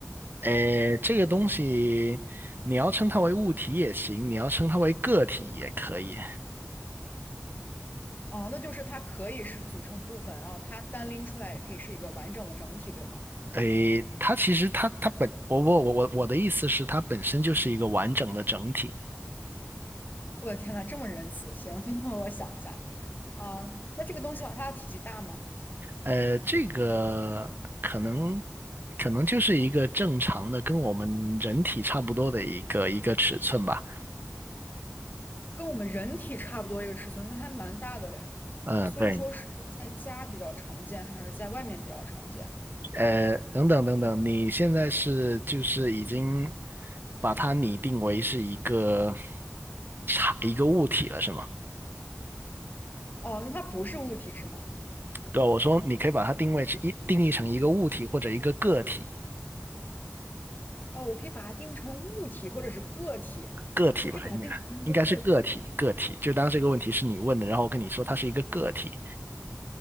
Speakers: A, on the right (about 50°); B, on the left (about 45°).
A: 哎，这个东西你要称它为物体也行，你要称它为个体也可以。
B: 哦，那就是它可以是组成部分，然后它单拎出来也可以是一个完整的整体，对吗？
A: 哎，它其实它它本我我我我我的意思是，它本身就是一个完整的整体。
B: 我的天呐，这么仁慈！行，<laughs> 那我想一下，啊、那这个东西的话，它的体积大吗？
A: 呃，这个可能可能就是一个正常的，跟我们人体差不多的一个一个尺寸吧。
B: 跟我们人体差不多一个尺寸，那还蛮大的嘞。
A: 嗯，
B: 那所以说是在家比较常见，
A: 对。
B: 还是在外面比较常见？
A: 呃，等等等等，你现在是就是已经把它拟定为是一个差一个物体了，是吗？
B: 哦，那它不是物体是吗？
A: 对，我说你可以把它定位是一定义成一个物体或者一个个体，
B: 哦，我可以把它定成物体或者是个体，
A: 个体吧，
B: 我可以把它定成一个个体。
A: 应该应该是个体，个体。就当这个问题是你问的，然后我跟你说它是一个个体。